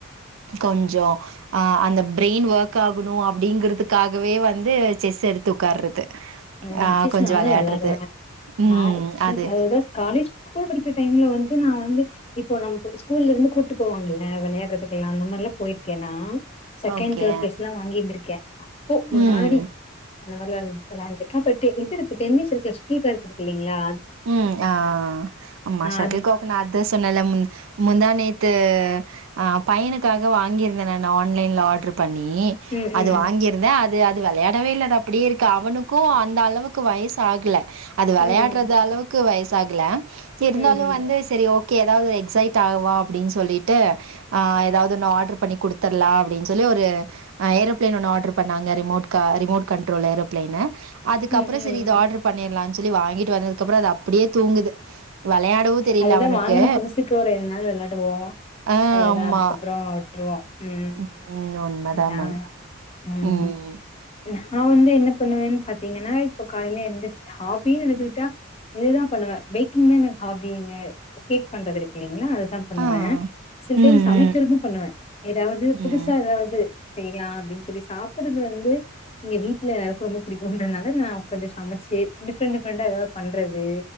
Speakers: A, on the right; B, on the left.
A: கொஞ்சொ ஆ அந்த பிரெயின் ஒர்க் ஆகணு அப்டிங்குறதுக்காகவே வந்து செஸ் எடுத்து உக்கார்றது
B: ம்
A: ஆ
B: செஸ்
A: கொஞ்சோ
B: நானு
A: வெளையாடுறது
B: வெளாடுவே
A: ம்
B: நா சீ
A: அது
B: அதர்வைஸ் காலேஜ் கூட படிக்குற டைம்ல வந் து நா வந்து இப்போ நம்மக்கு ஸ்கூல்ல இருந்து கூட்டு போவாங்கல்ல வெளையாடுறதுக்குல்லா அந்த மாரில்லா போயிருக்கேன்னா செகண்ட்
A: ஓகே
B: தேட் ப்ரைஸ் எல்லா வாங்கி இருந்துக்கே அப்போ முன்னாடி
A: ம்
B: அந்த மாரிலா இருந் வெளாண்ட்ருக்கே பட் இ துக்கு டென்னிஸ் இருக்குல ஷெட்டல்கார்க் இருக்கு இல்லலைங்களா
A: ம் ஆ ஆமா ஷட்டல்கோக்
B: அது
A: நா அதா சொன்னல மு முந்தாநேத் து ஆ பையனுக்காக வாங்கியிருந்தே நானு ஆன்லைன்ல ஆடரு பண்ணி
B: ம் ம்
A: அது வாங்கியிருந்தே அ து அது வெளையாடவே இல்லடா அப்டியே இருக்கு அவனுக்கு அந்த அளவுக்கு வயசு ஆகுல அது வெளையாடுறது
B: ம்
A: க்கு வயசாகல சரி இருந்தாலு
B: ம்
A: வந்து சரி ஓ கே ஏதாவது எக்ஸைட் ஆவா அபடின்னு சொல்லிட்டு ஆ ஏதாவது ஒன்னு ஆட்ரு பண்ணி கொடுத்துர்லா அப்டின்னு சொல்லி ஒரு அ ஏரோப்ளைன் ஒன்னு ஆட்ரு பண்ணாங்க ரிமோட் க ரிமோட் கண்ட்ரோல் ஏரோப்ளைன்னு அதுக்கப்புறொ
B: ம் ம் ம்
A: செரி இது ஆர்டர் பண்ணிட்லா சொல்லி வாங்கிட்டு வந்த துக்கப்புறொ அது அப்டியே தூங்குது வெளையாடவு தெரியல
B: அதுதா
A: அவனுக்கு
B: வாங்கன புதுசுக்கு ஒரு இரண் நாள் விளாடுவோ
A: ஆ
B: அவ்ளோதா
A: ஆமா
B: அதுக்கப்பற விட்டுருவோ உம்
A: ம் உண்மதா
B: அதா
A: மேம்
B: உம்
A: ம்
B: நா வந்து என்ன பண்ணுவு பாத்தீங்கன்னா இப்ப காலைல எந்திரிச்சு ஹாபின்னு எடுத்துக்கிட்டா இதுதா பண்ணுவ பேக்கிங் மே என ஹாபிங் கேக் பண்றது இருக்கு இல்லைங்களா அ தா பண்ணுவே
A: ஆ
B: சில
A: ம்
B: டைம் சமைக்கிறது
A: ம்
B: பண்ணுவே ஏதாவது புதுசா
A: ம்
B: ஏதாவது செய்லா அப்டின்னு சொல்லி சாப்புறது வந்து இங்க வீட்ல ரொம்ப பிடிக்கும்ன்றதுனால நா உட்காந்து சமச்சு டிஃப்ரெண்ட் டிஃப்ரெண்டா எதாவ்து பண்றது